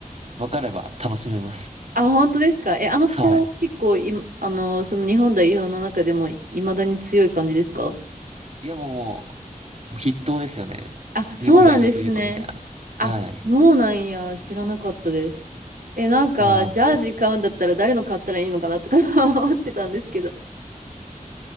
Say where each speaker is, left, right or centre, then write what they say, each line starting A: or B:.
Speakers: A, on the right (about 50°); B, on the right (about 75°).
A: 分かれば楽しめます。
B: あ、本当ですかえ、あの子、
A: はい。
B: 結構い、あの、その日本代表の中でも、いまだに強い感じですか
A: いや、もう、もう、筆頭ですよね。
B: あ、そうなんですね。
A: 日本代表といえば、みたいな。
B: あ、
A: はい。
B: そうなんや、知らなかったです。え、なんか、
A: そうなんですよ。
B: ジャージ買うんだったら誰の買ったらいいのかなとか <laughs> 思ってたんですけど。